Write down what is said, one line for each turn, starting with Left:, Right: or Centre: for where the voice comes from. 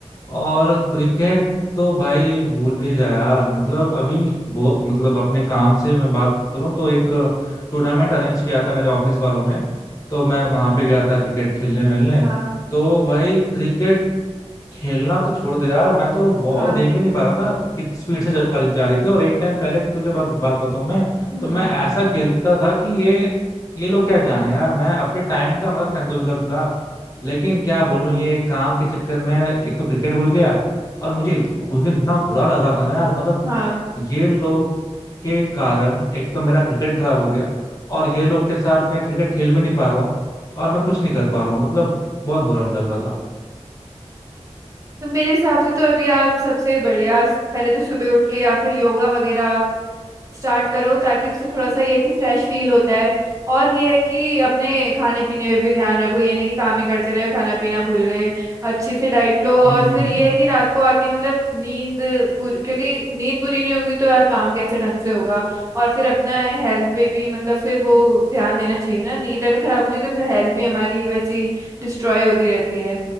Left: और क्रिकेट तो भाई भूल ही जा यार मतलब अभी वो मतलब अपने काम से मैं बात करूँ तो एक टूर्नामेंट अरेंज किया था मेरे ऑफिस वालों ने तो मैं वहां पे गया था क्रिकेट खेलने मिलने
Right: हाँ
Left: तो भाई क्रिकेट खेलना तो छोड़ दे यार मैं तो बॉल
Right: हाँ
Left: देख भी नहीं पा रहा था कितनी स्पीड से जा, जा रही थी और एक टाइम पहले की तुझे बात बात बताऊं मैं
Right: हम्म
Left: तो मैं ऐसा खेलता था कि ये ये लोग क्या जाने यार मैं अपने टाइम का मतलब तेंदुलकर था लेकिन क्या बोलूं ये काम के चक्कर में एक तो क्रिकेट भूल गया और मुझे इत- उस दिन इतना बुरा लग रहा था ना यार मतलब
Right: हाँ
Left: ये लोग के कारण एक तो मेरा क्रिकेट खराब हो गया और ये लोग के साथ मैं क्रिकेट खेल भी नहीं पा रहा हूँ और मैं कुछ नहीं कर पा रहा हूँ मतलब बहुत बुरा लग रहा था
Right: तो मेरे हिसाब से तो अभी आप सबसे बढ़िया पहले तो सुबह उठ के या फिर योगा वगैरह स्टार्ट करो ताकि उससे थोड़ा सा ये है कि फ्रेश फील होता है और ये है कि अपने खाने पीने में भी ध्यान रखो ये नहीं कि काम ही करते रहे खाना पीना भूल गए अच्छे से डाइट लो और
Left: हम्म हम्म
Right: फिर ये
Left: हम्म।
Right: है कि रात को आके मतलब नींद पूरी क्योंकि नींद पूरी नहीं होगी तो यार काम कैसे ढंग से होगा और फिर अपना हेल्थ पे भी मतलब फिर वो ध्यान देना चाहिए ना नींद अगर खराब होती है तो फिर हेल्थ भी हमारी वैसी डिस्ट्रॉय होती रहती है